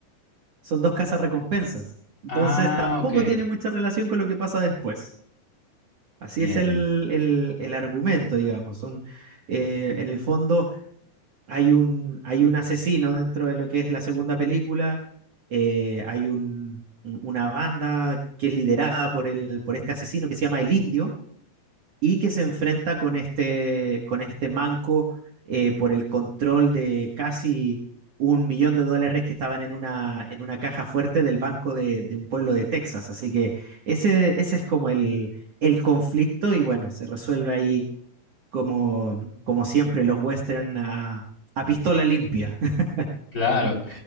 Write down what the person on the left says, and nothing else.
Ah,
ok.
Bien.
Claro.